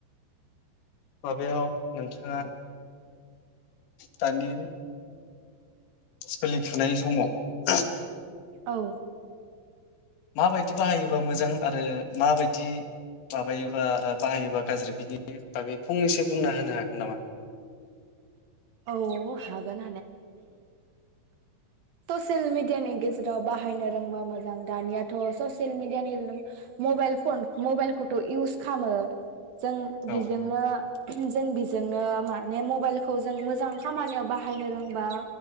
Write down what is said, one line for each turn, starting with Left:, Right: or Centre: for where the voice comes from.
Left: माबायाव नोंथाङा दानि सोलिफुनाय समाव
Right: औ
Left: माबायदि बाहायोबा मोजां आरो माबायदि माबायोबा ओ बाहायोबा गाज्रि बिनि बागै फंनैसो बुंना होनो हागोन नामा?
Right: औ हागोन स'सेयल मिडियानि गेजेराव बाहायनो रोंबा मोजां दानियाथ' स'सेयल मिडियानि <unintelligible> मबाइल फन मबाइलखौथ' इउस खामो। जों
Left: औ
Right: बेजोंनो जों बिजोंनो माने मबाइलखौ जों मोजां खामानियाव बाहायनो रोंबा